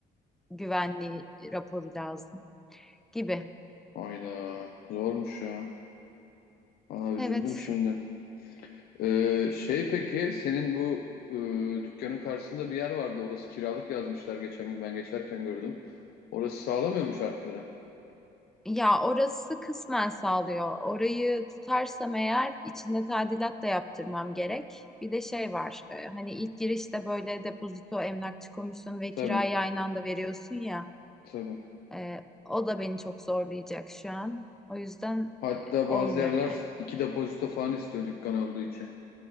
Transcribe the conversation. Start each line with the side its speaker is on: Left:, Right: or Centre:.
Centre: güvenliği raporu lazım gibi.
Left: Hayda. Zormuş ya. Aa üzüldüm
Centre: Evet.
Left: şimdi. Ee, şey peki senin bu e, dükkanın karşısında bir yer vardı. Orası kiralık yazmışlar geçen gün ben geçerken gördüm. Orası sağlamıyor mu şartları?
Centre: Ya orası kısmen sağlıyor. Orayı tutarsam eğer içinde tadilat da yaptırmam gerek. Bir de şey var. e, hani ilk girişte böyle depozito, emlakçı komisyonu ve
Left: Tabii
Centre: kirayı aynı anda veriyorsun ya.
Left: tabii.
Centre: Ee, o da beni çok zorlayacak şu an. O yüzden
Left: Hatta
Centre: e, olmuyor
Left: bazı yerler
Centre: yani.
Left: iki depozito falan istiyor dükkan olduğu için.